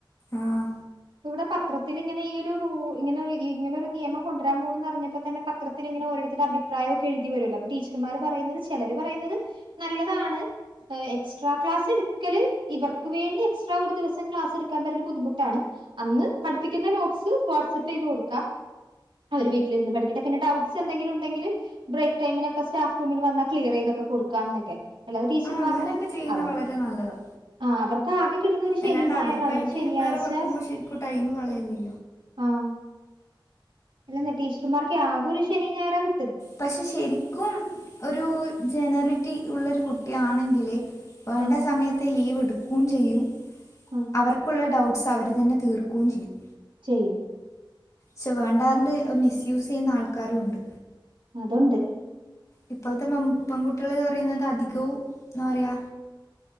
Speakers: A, on the left; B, on the right.
A: ആഹ്
B: ഇവിടെ പത്രത്തിൽ ഇങ്ങനെ ഈ ഒരു റൂള് ഇങ്ങനെ - ഇങ്ങനെ ഒരു നിയമം കൊണ്ടുവരാൻ പോണ് പറഞ്ഞപ്പോ തന്നെ പത്രത്തിൽ ഇങ്ങന ഓരോരുത്തര് അഭിപ്രായൊക്കെ എഴുതി വരുല്ലോ ടീച്ചർമാര് പറയുന്നത് ചെലര് പറയുന്നത് നല്ലതാണ് എക്സ്ട്രാ ക്ലാസ് എടുക്കല് ഇവർ- വീണ്ടും എക്സ്ട്രാ ഒരു ദിവസം ക്ലാസ് എടുക്കാൻ വരുന്നെ ബുദ്ധിമുട്ടാണ്. അന്ന് പഠിപ്പിക്കുന്ന നോട്സ് വാട്സ് പ്പ് ചെയ്ത് കൊടുക്കാം അവര് വീട്ടിലിരുന്ന് പഠിക്കട്ടെ പിന്നെ ഡൗട്ട്സ് എന്തെിലും ഉണ്ടെങ്കില് - ബ്രേക്ക് ടൈംമിനൊക്കെ സ്റ്റാഫ്റൂമിൽ വന്നാ ക്ലിയർ ചെയ്തക്കെ കൊടുക്കാം എന്നൊക്കെ അല്ലാതെ ടീച്ചർമാർക്കും
A: ആ അങ്ങനെയൊക്കെ ചെയ്യുന്നത്
B: അവർ-
A: വളരെ നല്ലതാ
B: ആഹ് അവർക്ക് ആകെ കിട്ടുന്ന ഒരു ശനി
A: അല്ലാണ്ട്
B: ഞായറാണ്
A: അവർക്കായിട്ട്
B: അത് ശനിയാഴ്ച-
A: വേറെ വെക്കുമ്പോൾ ശരിക്കും ടൈം കളയല്ലേ
B: ആഹ് അല്ലന്നെ ടീച്ചർമാർക്കെ ആകെ ഒരു ശനിം ഞായറാ കി
A: പക്ഷേ ശരിക്കും ഒരു ജനറിറ്റി ഉള്ളൊരു കുട്ടിയാണെങ്കില് വേണ്ട
B: ആ
A: സമയത്ത് ലീവ് ഇട്ക്കും ചെയ്യും
B: ആഹ്
A: അവർക്കുള്ള ഡൗട്ട്സ് അവര് തന്നെ തീർ‌ക്കും ചെയ്യും
B: ചെയ്യും
A: ചെ വേണ്ടാണ്ട് അഹ് മിസ്യൂസെയ്യുന്ന ആൾക്കാരുവുണ്ട്
B: അതുണ്ട്
A: ഇപ്പള്ത്തെ മ പെൺകുട്ട്യള് പറയിന്നത് അധികവും എന്താ പറിയാ